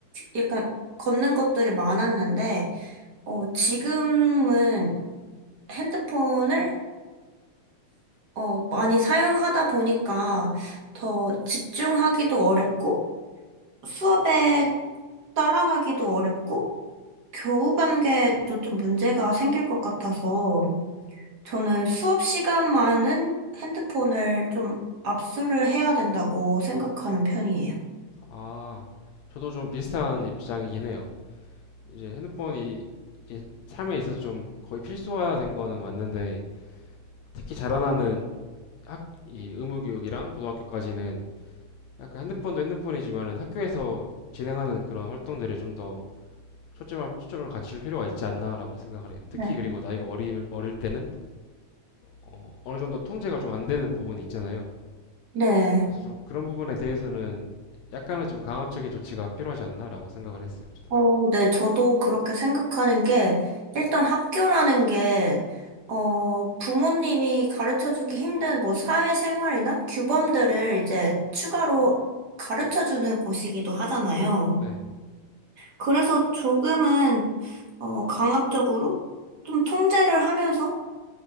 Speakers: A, on the right; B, on the left.
A: 약간 걷는 것들이 많았는데, 어, 지금은 핸드폰을 어, 많이 사용하다 보니까 더 집중하기도 어렵고 수업에 따라가기도 어렵고 교우 관계도 좀 문제가 생길 것 같아서 저는 수업 시간만은 핸드폰을 좀 압수를 해야 된다고 생각하는 편이에요.
B: 아, 저도 좀 비슷한 입장이긴 해요. 이제 핸드폰이 이제 삶에 있어서 좀 거의 필수화 된 거는 맞는데 특히 자라나는 학, 이 의무교육이랑 고등학교까지는 약간 핸드폰도 핸드폰이지만은 학교에서 진행하는 그런 활동들에 좀 더 초점을, 초점을 갖출 필요가 있지 않나라고 생각을 해요. 특히
A: 네.
B: 그리고 나이가 어리, 어릴 때는 어, 어느 정도 통제가 좀 안 되는 부분이 있잖아요.
A: 네.
B: 그래서 좀 그런 부분에 대해서는 약간은 좀 강압적인 조치가 필요하지 않나라고 생각을 했어요, 저도.
A: 어, 네, 저도 그렇게 생각하는 게, 일단 학교라는 게, 어, 부모님이 가르쳐주기 힘든 뭐 사회생활이나 규범들을 이제 추가로 가르쳐주는 곳이기도 하잖아요.
B: 네.
A: 그래서 조금은, 어, 강압적으로 좀 통제를 하면서